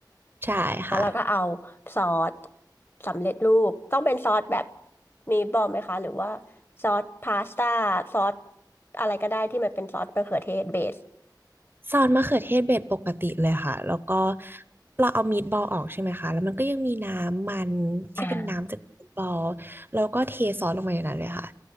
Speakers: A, on the right; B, on the left.
A: ใช่ค่ะ
B: แล้วเราก็เอาซอสสำเร็จรูปต้องเป็นซอสแบบมีบอมไหมคะหรือว่าซอสพาสต้าซอสอะไรก็ได้ที่มันเป็นซอสมะเขือเทศเบส
A: ซอสมะเขือเทศเบ็ดปกติเลยค่ะแล้วก็เราเอามีดบอลออกใช่ไหมคะแล้วมันก็ยังมีน้ำมันที่เป็นน้ำจากมีทบอล
B: อ่า
A: แล้วก็เทซอสลงไปในนั้นเลยค่ะ